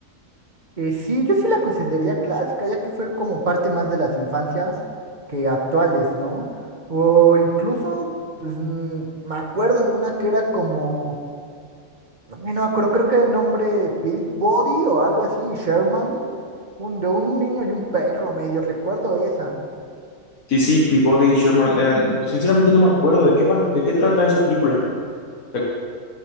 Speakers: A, on the right; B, on the left.
A: Eh, sí, yo sí la consideraría clásica, ya que fue como parte más de las infancias que actuales, ¿no? O incluso, pues, mm, me acuerdo de una que era como... Ay, no me acuerdo, creo que el nombre Pete Body o algo así, Shermany, un, de un niño y un perro, medio recuerdo esa.
B: Sí, sí, Peabody y Sherman. Eh, sinceramente no me acuerdo de qué va, de qué trata esa película. Eh,